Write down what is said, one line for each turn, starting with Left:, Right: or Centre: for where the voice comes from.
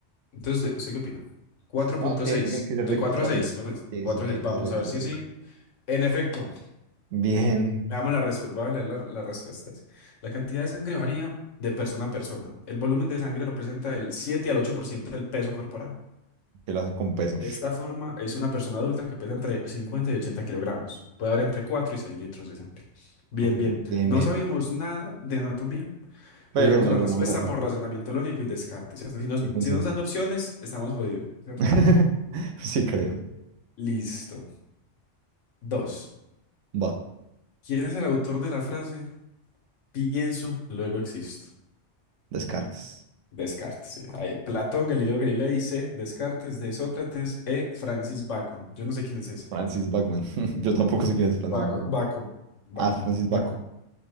Left: Entonces, ¿usted qué opina? cuatro
Right: No,
Left: punto
Right: tiene
Left: 6
Right: que ser
Left: De
Right: de
Left: 4
Right: 4
Left: a seis
Right: a seis
Left: perdón.
Right: Sí,
Left: 4
Right: sí, tiene
Left: a 6. Vamos
Right: que ser de
Left: a
Right: cuatro
Left: ver si
Right: a seis
Left: sí. En efecto.
Right: Bien,
Left: Veamos la respuesta. Voy a leer la, la respuesta. Dice, La cantidad de sangre varía de persona a persona. El volumen de sangre representa el 7 al 8% del peso corporal.
Right: que lo hace con peso.
Left: De esta forma, es una persona adulta que pesa entre 50 y 80 kilogramos. Puede haber entre 4 y 6 litros de sangre. Bien,
Right: Ok,
Left: bien.
Right: Bien,
Left: No
Right: bien.
Left: sabíamos nada de anatomía. Pero
Right: Pero
Left: llegamos
Right: lo
Left: a la
Right: logramos
Left: respuesta
Right: acá.
Left: por razonamiento lógico y descarte, ¿cierto? Si nos,
Right: Y funciona.
Left: si nos dan opciones, estamos jodidos, ¿cierto?
Right: <laughs> Sí, creo.
Left: Listo. Dos.
Right: Va,
Left: ¿Quién es el autor de la frase? Pienso, luego existo.
Right: Descartes.
Left: Descartes, sí. Ahí, Platón, Galileo Galilei, C. Descartes, D. Sócrates, E. Francis Bacon. Yo no sé quién es ese.
Right: Francis Bachman. <laughs> Yo tampoco sé quién es Francis
Left: Bacon,
Right: Bachman.
Left: Bacon, Bacon,
Right: Ah, es Francis
Left: Bacon,
Right: Bacon.